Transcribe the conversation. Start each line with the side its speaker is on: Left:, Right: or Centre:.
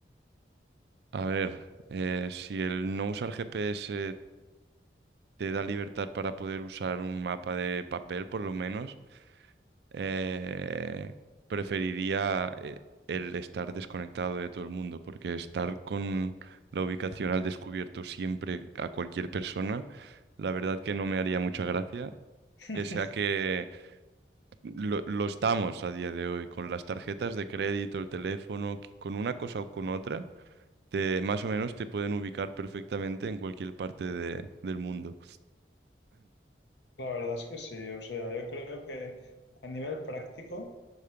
Right: A ver, eh, si el no usar GPS te da libertad para poder usar un mapa de papel, por lo menos, eh, preferiría eh, el estar desconectado de todo el mundo, porque estar con la ubicación al descubierto siempre a cualquier persona, la verdad que no me haría mucha gracia.
Left: <laughs>
Right: Pese a que lo, lo estamos a día de hoy con las tarjetas de crédito, el teléfono, con una cosa o con otra. te, más o menos te pueden ubicar perfectamente en cualquier parte de- del mundo.
Left: La verdad es que sí, o sea, yo creo que a nivel práctico